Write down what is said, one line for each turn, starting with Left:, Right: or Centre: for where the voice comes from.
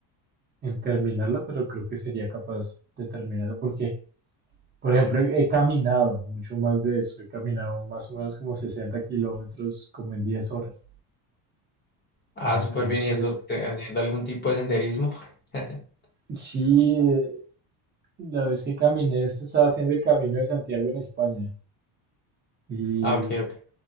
Right: en terminarla, pero creo que sería capaz de terminarla porque, por ejemplo, he caminado mucho más de eso. He caminado más o menos como 60 kilómetros como en 10 horas.
Left: Ah,
Right: Entonces,
Left: súper bien. ¿Y eso te- haciendo algún tipo de senderismo? <laughs>
Right: sí, eh, la vez que caminé, esto estaba haciendo el Camino de Santiago en España y
Left: Ah, ok, ok.